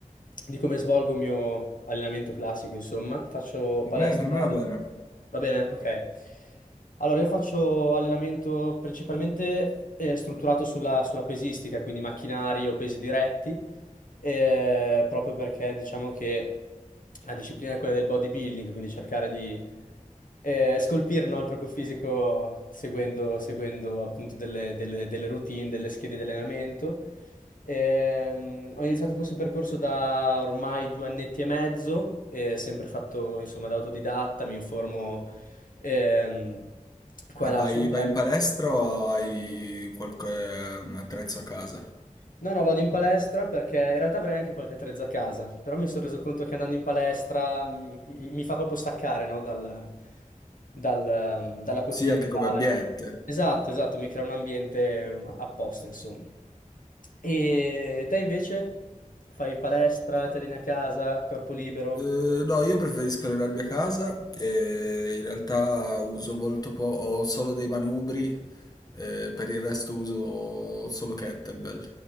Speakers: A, on the left (about 80°); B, on the left (about 30°).
A: di come svolgo il mio allenamento classico insomma. Faccio palestra...
B: E beh, per me va bene.
A: Va bene? Ok. Allora io faccio allenamento principalmente eh, strutturato sulla sulla pesistica, quindi macchinari o pesi diretti eh, proprio perché diciamo che la disciplina è quella del bodybuilding, quindi cercare di eh, scolpire no, il proprio fisico seguendo, seguendo appunto delle, delle- delle routine, delle schede di allenamento. Ehm, ho iniziato questo percorso da ormai due annetti e mezzo, eh, sempre fatto insomma da autodidatta, mi informo ehm, qua
B: Ma
A: e
B: vai,
A: là sul web.
B: vai in palestra o hai qualche attrezzo a casa?
A: No, no, vado in palestra perché in realtà avrei anche qualche attrezzo a casa, però mi sono reso conto che andando in palestra mi, mi fa proprio staccare, no, dal- dal- dalla quotidianità.
B: Sì, anche come ambiente.
A: e- Esatto, esatto, mi crea un ambiente mm, apposta, insomma. E te invece? Fai palestra, ti alleni a casa, corpo libero?
B: Eh, no, io preferisco allenarmi a casa e in realtà uso molto po', ho solo dei manubri, eh, per il resto uso solo kettlebell.